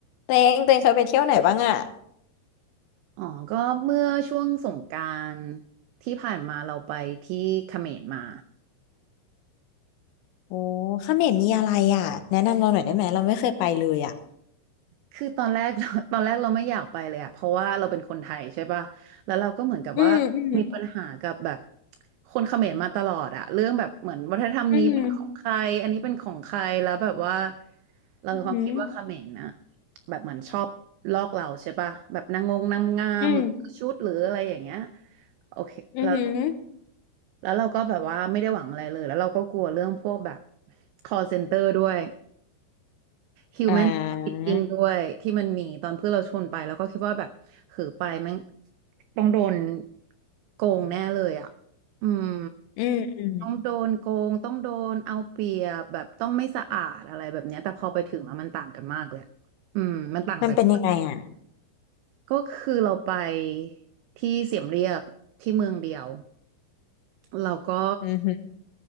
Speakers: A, on the left; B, on the right.
A: เตงเตงเคยไปเที่ยวไหนบ้างอ่ะ
B: อ๋อก็เมื่อช่วงสงกรานต์ที่ผ่านมาเราไปที่เขมรมา
A: โอ้เขมรมีอะไรอ่ะแนะนำเราหน่อยได้ไหมเราไม่เคยไปเลยอ่ะ
B: คือตอนแรก <laughs> ตอนแรกเราไม่อยากไปเลยอะเพราะว่าเราเป็นคนไทยใช่ปะแล้วเราก็เหมือนกับว่ามีปัญหากับแบบ
A: อืมอืม
B: คนเขมรมาตลอดอะเรื่องแบบเหมือนวัฒนธรรมนี้เป็นของใครอันนี้เป็นของใครแล้วแบบว่า
A: อืม
B: เรามีความคิดว่าเขมรนะ
A: อืม
B: แบบเหมือนชอบลอกเราใช่ปะแบบนางงงนางงามหรือชุดหรืออะไรอย่างเงี้ย
A: อืม
B: โอเคแล้ว
A: อืมอม
B: แล้วเราก็แบบว่าไม่ได้หวังอะไรเลยแล้วเราก็กลัวเรื่องพวกแบบ call center ด้วย human
A: อ่
B: trafficking
A: า
B: ด้วยที่มันมีตอนเพื่อนเราชวนไปแล้วก็คิดว่าแบบหือไปแมังต้องโดนโกงแน่เลยอ่ะอืม
A: อืมอืม
B: ต้องโดนโกงต้องโดนเอาเปรียบแบบต้องไม่สะอาดอะไรแบบเนี้ยแต่พอไปถึงแล้วมันต่างกันมากเลยอะอืมมันต่างจาก
A: มันเป็นยังไงอ่ะ
B: ก็คือเราไปที่เสียมเรียบที่เมืองเดียวเราก็
A: อืมอืม